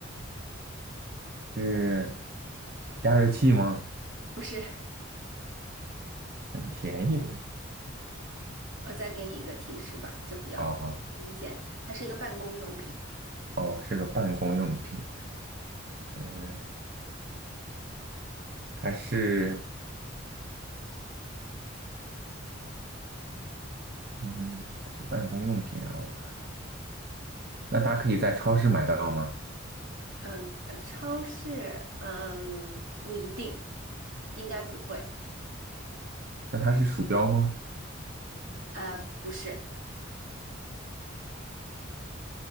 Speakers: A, on the right (about 50°); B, on the right (about 80°).
A: 是加热器吗？
B: 不是，
A: 很便宜的，
B: 我再给你一个提示吧，就比较明显，
A: 啊哈，
B: 它是一个办公用品。
A: 哦，是个办公用品，嗯，还是，嗯，它是办公用品，然后那它可以在超市买到吗？
B: 嗯，呃，超市，嗯，不一定，应该不会。
A: 那它是鼠标吗？
B: 呃，不是，